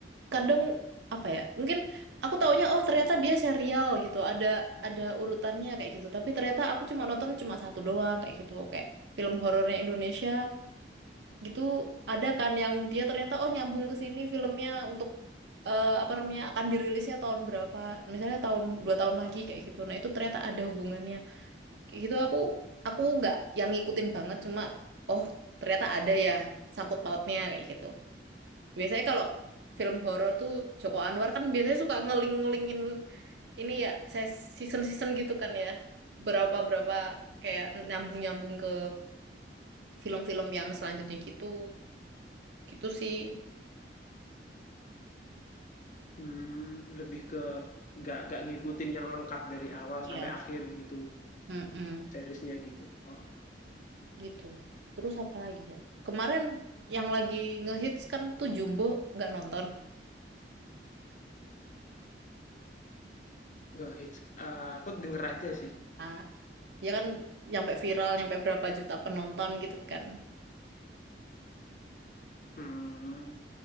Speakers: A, on the right (about 75°); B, on the left (about 45°).
A: kadang apa ya? Mungkin aku taunya oh ternyata dia serial gitu. Ada ada urutannya kayak gitu. Tapi ternyata aku cuma nonton cuma satu doang kayak gitu. Kayak film horornya Indonesia gitu ada kan yang dia ternyata oh nyambung ke sini filmnya untuk eh, apa namanya akan dirilisnya tahun berapa? Misalnya tahun dua tahun lagi kayak gitu. Nah, itu ternyata ada hubungannya. Kayak gitu aku aku nggak yang ngikutin banget cuma oh ternyata ada ya sangkut pautnya kayak gitu. Biasanya kalau film horor tuh Joko Anwar kan biasanya suka ngeling-ngelingin ini ya, saya season-season gitu kan ya. Berapa-berapa kayak nyambung-nyambung ke film-film yang selanjutnya gitu. Gitu sih.
B: Hmm, lebih ke nggak nggak ngikutin yang lengkap dari awal
A: Iya.
B: sampai akhir gitu
A: Mm-mm.
B: seriesnya gitu. oh,
A: Gitu. Terus apa lagi ya? Kemarin yang lagi ngehits kan tuh Jumbo nggak nonton.
B: Nggak hits. Eh, aku denger aja sih.
A: Ah, ya kan nyampe viral, nyampe berapa juta penonton gitu kan.
B: Hmm,